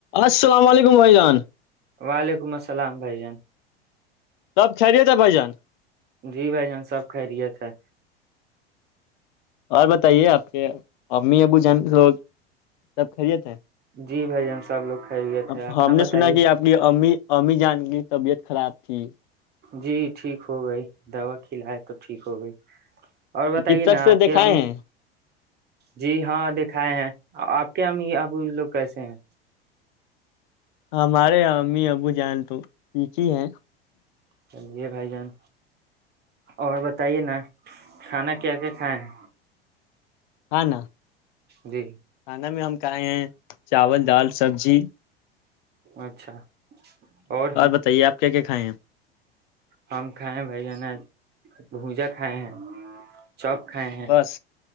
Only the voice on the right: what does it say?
وعلیکم السلام بھائی جان
جی بھائی جان سب خرییے تھے
جی بھائی جان سب لوگ خیریت
ہے آپ
نہ
بتائیے
جی ٹھیک ہو گئی دوا کھلائے تو ٹھیک ہو گئی اور بتائیے
نا
آپ
کے امی
جی ہاں دکھائے ہیں آپ کے ہم اب لوگ کیسے ہیں
چلیے بھائی جان اور بتائیے نا کھانا کیا کیا کھائے ہیں
جی
اچھا اور
ہم کا ہئیں بھائی نہ بھوجا کھائے ہیں چوپ کھائے ہیں